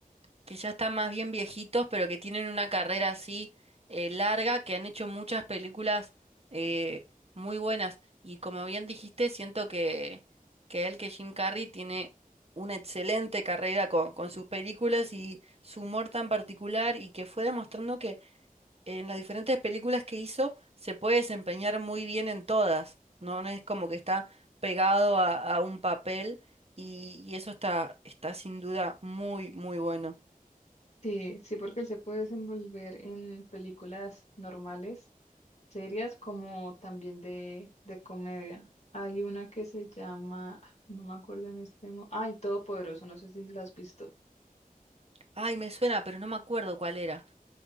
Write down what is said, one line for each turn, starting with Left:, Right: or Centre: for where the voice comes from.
Right: que ya están más bien viejitos, pero que tienen una carrera así eh, larga, que han hecho muchas películas eh, muy buenas. Y como bien dijiste, siento que, que él, que Jim Carrey, tiene una excelente carrera con, con sus películas y su humor tan particular y que fue demostrando que en las diferentes películas que hizo se puede desempeñar muy bien en todas. No, No es como que está pegado a, a un papel y, y eso está, está sin duda muy, muy bueno.
Left: Sí, sí, porque él se puede desenvolver en películas normales series como también de, de comedia. Hay una que se llama, ah, no me acuerdo en este momento, ah, El Todopoderoso, no sé si la has visto.
Right: Ay, me suena, pero no me acuerdo cuál era.